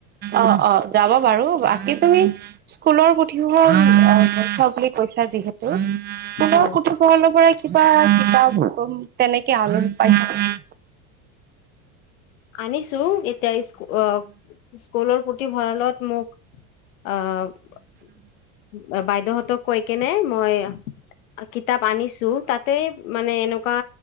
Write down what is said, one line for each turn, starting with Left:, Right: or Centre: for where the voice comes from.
Right: অ', অ', যাব বাৰু বাকী তুমি স্কুলৰ পুথিভঁৰাল ত বুলি কৈছ যিহেতুৰ সোণৰ
Left: হয়
Right: পুথিভঁৰাল পৰা কিবা কিতাপ তেনেকে আলোন পইচা নাই?
Left: আনিছো। এতিয়া স্কু, আহ স্কুলৰ পুথি ভঁৰালত মোক আহ বাইদেউহতক কৈ কেনে মই কিতাপ আনিছো তাতে মানে এনেকুৱা